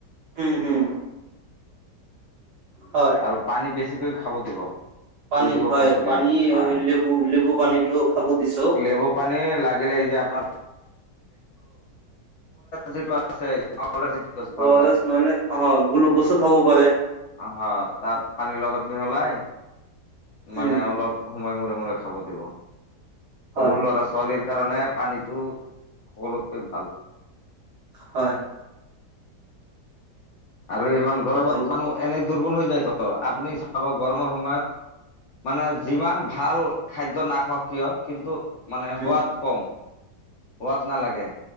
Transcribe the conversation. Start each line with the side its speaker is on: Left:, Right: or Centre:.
Right: উম, উম, হয়।
Left: আৰু পানী বেছি- বেছিকৈ খাব দিব।
Right: পানী
Left: কৈ দিব
Right: হয়
Left: ফোন কৰি
Right: পানী
Left: হা।
Right: লেবু লেবু পানীটো খাব দিছো।
Left: নেমু পানী- লাগিলে এই যে আপোনাৰটো যি- আছে। পাউডাৰ <inaudible>
Right: অ'
Left: পাউডাৰ
Right: আৰ এছ নহ'লে অ' গ্লু'কজো খাব পাৰে।
Left: আ' হা তাত পানীৰ লগত মিহলাই মানে
Right: উম,
Left: অলপ সময় মূৰে মূৰে খাব দিব।
Right: হয়,
Left: সৰু ল'ৰা-ছোৱালীৰ কাৰণে পানীটো সকলোতকৈ ভাল।
Right: হয়।
Left: আৰু ইমান গৰমত
Right: আৰু
Left: মানুহ এনেই দুৰ্বল হৈ যায় ত। আপুনি চাব গৰমৰ সময়ত মানে যিমান ভাল খাদ্য নাখাওঁক কিয়। কিন্তু মানে হোৱাত
Right: উম,
Left: কম, সোৱাদ নালাগে